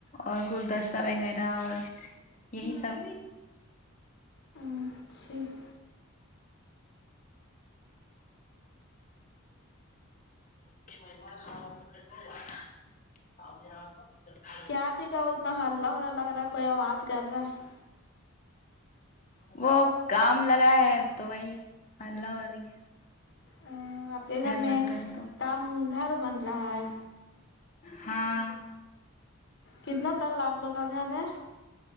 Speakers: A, on the left (about 35°); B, on the left (about 50°).
A: اور گلدستہ وغیرہ اور یہی سب
B: اچھا
A: <unintelligible>
B: کیا تھی گا اتنہ ہلہ ہولا لگ رہا کوئی آواز کر رہا ہے
A: وہ کام لگا ہے تو وہی ہلہ ہو رہی ہے
B: ہے آپ کے گھر میں
A: بن رہا ہے تو
B: کام گھر بن رہا ہے
A: ہاں
B: کتنا تال آپ لوگ کا گھر ہے